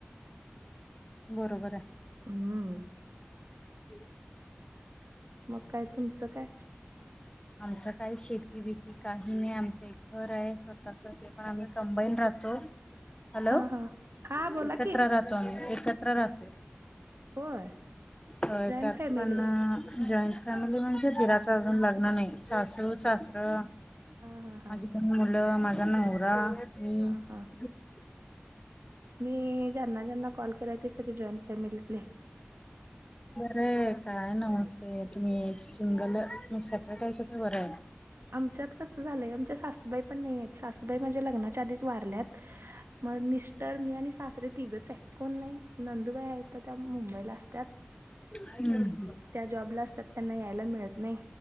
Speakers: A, on the left (about 20°); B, on the right (about 85°).
A: बरोबर आहे.
B: हम्म.
A: <unintelligible>
B: मग काय तुमचं काय.
A: आमचं काही शेती बीती काही नाही, आमचं घर आहे स्वतःच ते पण आम्ही कंबाईन राहतो. हॅलो
B: हा हा हा बोला
A: एकत्र
B: की
A: राहतो आम्ही एकत्र राहतोय.
B: होय
A: होय
B: जॉईंट
A: त्यात
B: फॅमिली
A: पण.
B: आहे
A: जॉईंट फॅमिली म्हणजे दीराचा अजून लग्न नाही. सासू सासरं
B: हा हा हा
A: माझीकन मुलं माझा नवरा. हम्म
B: हा हा
A: <unintelligible>
B: मी ज्यांना ज्यांना कॉल केलाय ते सगळे जॉईंट फॅमिलीतले.
A: बरं आहे काय नमस्ते तुम्ही सिंगल सतटायच ते बरं आहे.
B: आमच्यात कसं झालंय आमच्या सासूबाई पण नाहीय, सासूबाई माझ्या लग्नाच्या आधी. वारल्यात माझे मिस्टर मी आणि सासरे तिघच आहे, कोण नाही नंदूबाई आहेत. मुंबईला असत्यात
A: आहे.
B: त्या जॉब ला असतात त्यांना याला मिळत नाही.